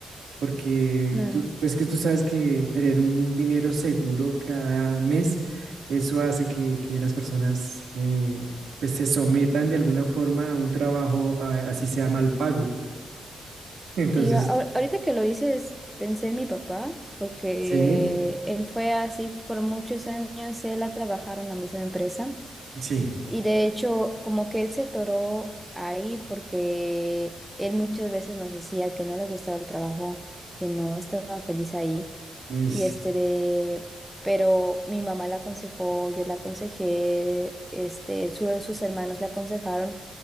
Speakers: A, on the right (about 80°); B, in the centre.
A: porque
B: claro.
A: tú, es que tú sabes que tener un dinero seguro cada mes, eso hace que, que las personas eh, pues se sometan de alguna forma a un trabajo, a- así sea mal pago. Entonces,
B: Y a- ahor- ahorita que lo dices, pensé en mi papá, porque
A: sí,
B: él fue así por muchos años, él ha trabajado en la misma empresa
A: sí,
B: y de hecho como que él se toró ahí porque él muchas veces nos decía que no le gustaba el trabajo, que no estaba feliz ahí
A: uy,
B: y este de, pero mi mamá la aconsejó, yo la aconsejé, este, su- sus hermanos la aconsejaron